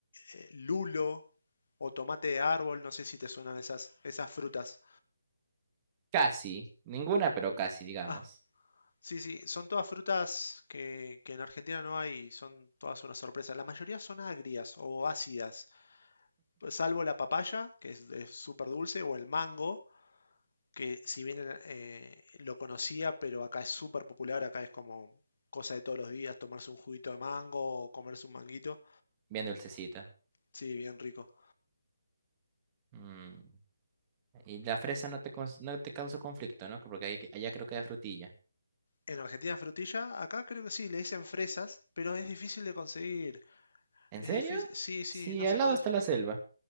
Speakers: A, on the left; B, on the right.
A: eh, lulo o tomate de árbol. No sé si te suenan esas, esas frutas.
B: Casi, ninguna, pero casi, digamos.
A: <laughs> Sí, sí, son todas frutas que, que en Argentina no hay, son todas una sorpresa. La mayoría son agrias o ácidas, salvo la papaya, que es de- súper dulce, o el mango, que si bien eh, lo conocía, pero acá es súper popular, acá es como cosa de todos los días, tomarse un juguito de mango o comerse un manguito.
B: Bien dulcecito.
A: Sí, bien rico.
B: Mm. Y la fresa no te, cons- no te causa conflicto, ¿no? Porque allá allá creo que hay frutilla.
A: En Argentina frutilla, acá creo que sí, le dicen fresas, pero es difícil de conseguir.
B: ¿En
A: Es
B: serio?
A: difícil, sí, sí,
B: Sí,
A: no se,
B: al lado
A: cons-
B: está la selva.